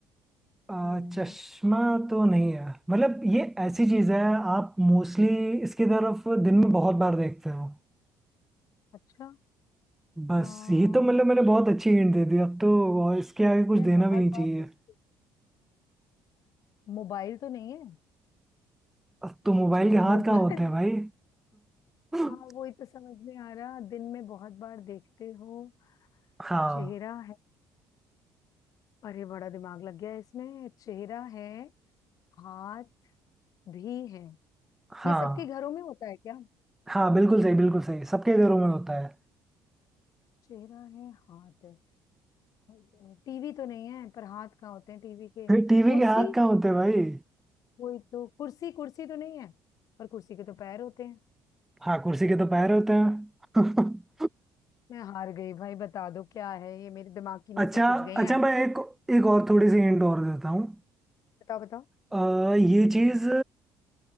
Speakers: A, in the centre; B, on the left (about 55°).
A: अ,
B: नहीं
A: चश्मा तो नहीं है मतलब ये ऐसी चीज है आप मोस्टली इसकी तरफ दिन में बहुत बार देखते हो
B: अच्छा आ,
A: बस ये तो मतलब मैंने बहुत अच्छी हिंट दे दी अब तो और इसके आगे कुछ
B: मैं
A: देना
B: बहुत
A: भी नहीं चाहिए
B: बार देखती हूँ मोबाइल तो नहीं है
A: अब तो मोबाइल
B: चे-
A: के हाथ
B: मोबाइल
A: कहाँ होते हैं
B: <laughs>
A: भाई <laughs>
B: हाँ वही तो समझ में आ रहा दिन में बहुत बार देखते हो
A: हाँ
B: चेहरा है अरे बड़ा दिमाग लग गया इसमें चेहरा है हाथ भी है
A: हाँ
B: ये सबके घरों में होता है क्या
A: हाँ बिल्कुल सही बिल्कुल सही सबके घरों में होता है
B: चेहरा है हाथ है टीवी तो नहीं है पर हाथ कहाँ होते हैं टीवी के
A: टीवी
B: कुर्सी
A: के हाथ कहाँ होते हैं भाई
B: वही तो कुर्सी कुर्सी तो नहीं है पर कुर्सी के तो पैर होते हैं
A: हाँ कुर्सी के तो
B: अरे
A: पैर होते हैं <laughs>
B: मैं हार गई भाई बता दो क्या है ये मेरे दिमाग की नसें
A: अच्छा
B: खिंच गई हैं
A: अच्छा मैं एक एक और थोड़ी सी हिंट और देता हूँ
B: बताओ बताओ
A: अ, ये चीज